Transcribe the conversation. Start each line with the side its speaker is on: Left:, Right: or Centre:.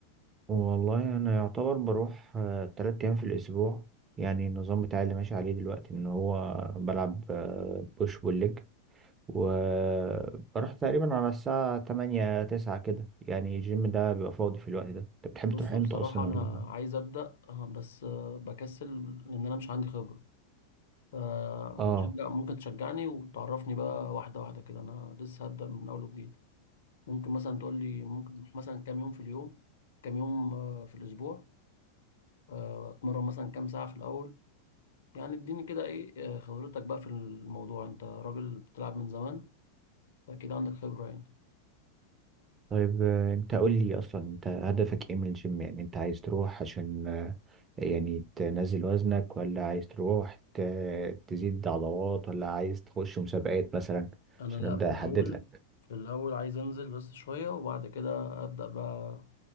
Right: والله أنا يعتبر بروح أه تلات أيام في الأسبوع يعني النظام بتاعي اللي ماشي عليه دلوقتي إن هو بلعب أه بوش بول وبروح تقريبا على الساعة تمانية تسعة كده يعني الجيم ده بيبقى فاضي في الوقت ده أنت بتحب
Left: بص
Right: تروح إمتى
Left: بصراحة
Right: أصلا
Left: أنا
Right: ولا؟
Left: عايز أبدأ آه، بس آه، بكسل لأن أنا مش عندي خبرة فهنشجع
Right: آه
Left: ممكن تشجعني وتعرفني بقى واحدة واحدة كده أنا لسه هبدأ من أول وجديد ممكن مثلا تقول لي ممكن نروح مثلا كام يوم في اليوم كام يوم آه، في الأسبوع آه، أتمرن مثلا كام ساعة في الأول يعني اديني كده إيه آه، خبرتك بقى في الموضوع أنت راجل بتلعب من زمان أكيد عندك خبرة يعني
Right: طيب آه، انت قول لي اصلا انت هدفك ايه من الجيم يعني انت عايز تروح عشان آه، يعني تنزل وزنك ولا عايز تروح ت- تزيد عضلات ولا عايز تخش مسابقات مثلا
Left: أنا
Right: عشان
Left: لأ
Right: ابدا
Left: في الأول
Right: احدد لك
Left: في الأول عايز أنزل بس شوية وبعد كده أبدأ بقى